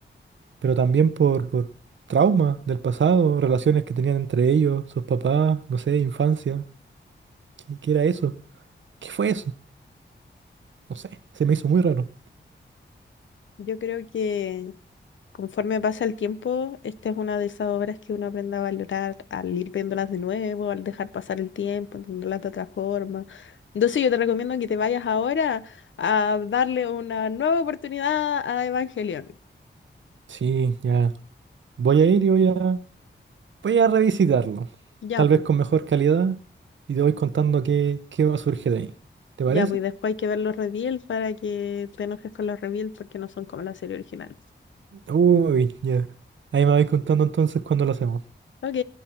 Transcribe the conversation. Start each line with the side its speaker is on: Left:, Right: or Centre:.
Right: pero también por, por traumas del pasado, relaciones que tenían entre ellos, sus papás, no sé, infancia. ¿Qué, qué era eso? ¿Qué fue eso? No sé, se me hizo muy raro.
Left: Yo creo que conforme pasa el tiempo, esta es una de esas obras que uno aprende a valorar al ir viéndolas de nuevo, al dejar pasar el tiempo, entenderlas de otra forma. Entonces yo te recomiendo que te vayas ahora a darle una nueva oportunidad a Evangelion.
Right: Sí, ya. Voy a ir y voy a, voy a revisitarlo.
Left: Ya,
Right: Tal
Left: pues.
Right: vez con mejor calidad y te voy contando qué, qué va a surgir de ahí. ¿Te parece?
Left: Ya, pues después hay que ver los reveals para que te enojes con los reveals porque no son como la serie original.
Right: Uy, ya. Ahí me vais contando entonces cuándo lo hacemos.
Left: Ok,